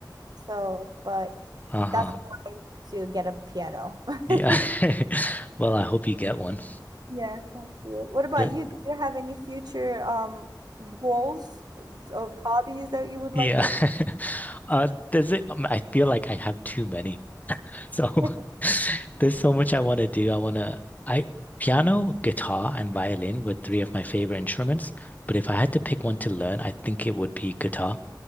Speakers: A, on the right (about 60°); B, on the left (about 20°).
A: so, but
B: Uh-huh.
A: that's why I need to get a piano. <laughs>
B: Yeah. <laughs> Well, I hope you get one.
A: Yeah, thank you. What about
B: That,
A: you? Do you have any future um goals of hobbies that you would
B: yeah.
A: like to?
B: <laughs> Uh, does it, um, I feel like I have too many. <laughs> So
A: <laughs>
B: <laughs> there's so much I want to do. I want to, I, piano, guitar, and violin were three of my favorite instruments. But if I had to pick one to learn, I think it would be guitar,